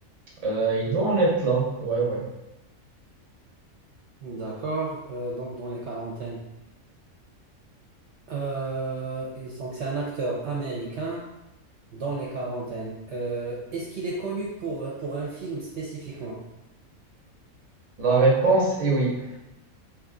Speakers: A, on the right; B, on the right.
A: Euh, il doit en être là, ouais, ouais.
B: D'accord, euh, donc dans les quarantaines. Euh, et donc c'est un acteur américain dans les quarantaines. Euh, est-ce qu'il est connu pour, pour un film spécifiquement?
A: La réponse est oui.